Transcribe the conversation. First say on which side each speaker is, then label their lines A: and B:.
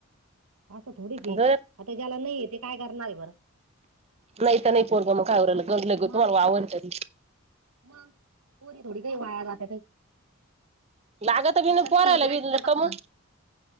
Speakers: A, on the right; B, on the right.
A: असं थोडीच हे,
B: ग
A: आता ज्याला नाहीये ते काय करणार आहे बरं.
B: नाही तर नाही पोरगं, मग काय हु रायलं, तुम्हाला
A: मग
B: वावर हे तरी
A: मग, पोरी थोडी काही वाया जाते काही,
B: लागत बी
A: ज्याला नाही
B: पोरायला
A: हे ते काय
B: बी
A: करता
B: कमून
A: म